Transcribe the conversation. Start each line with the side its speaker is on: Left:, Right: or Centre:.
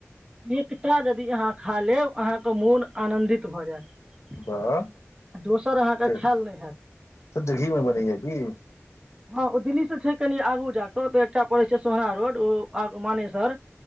Right: एकटा यदि अहाँ खा लेब। अहाँके मोन आनंदित भऽ जायत।
Left: वाह
Right: दोसर आहाँके
Left: से
Right: खायल नहि हेएत।
Left: शुद्ध घी मे बनैया की
Right: हँ ओ दिल्ली स छै कनी आगु जा क' ओतऽ एकटा पड़ै छै सोहा रोड ओ आग मानेसर।